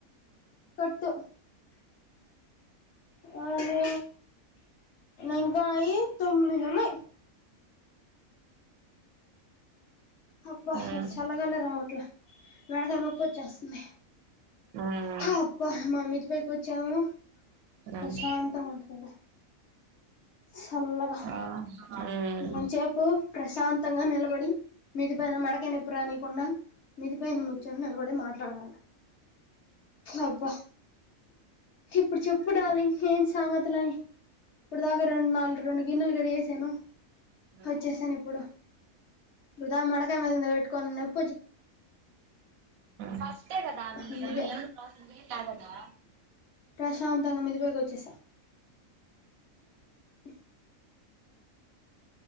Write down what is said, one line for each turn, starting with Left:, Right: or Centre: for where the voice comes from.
Left: పేట్టు అవును ఇంకా అయ్యే తొమ్మిదున్నయి అబ్బా
Right: ఉమ్
Left: చల్లగాలే రావట్లే మేడకాయ్ నొప్పి వచ్చేస్తుంది
Right: ఉమ్
Left: అబ్బా మా మీది పైకి వచ్చాము
Right: ఉమ్
Left: ప్రశాంతంగా ఉంటుంది చల్లగా
Right: ఆ ఉమ్
Left: రోంచెపు ప్రశాంతంగ నిలబడి మిద్ది పైన మేడకయ నొప్పి రానీకుండా మిద్ది పైన కూర్చొని నిలబడ మాట్లాడాల అబ్బ ఇప్పుడు చప్పు డార్లింగ్ ఏం సంగతులు ప్పటిదాకా రెండు నాలుగు రెండు గిన్నలు కడిగేసాను.
Right: ఉమ్
Left: వచ్చేసాను ఇప్పుడు ఇప్పుడుదా మేడక మీ ఇడ వెట్టుకొన్నెవ్
Right: ఫస్టె కదా మీ <unintelligible>
Left: అందుకే
Right: ఏం కాదు కదా
Left: ప్రశాంతంగా మెదిపైకి వచ్చేసా హ్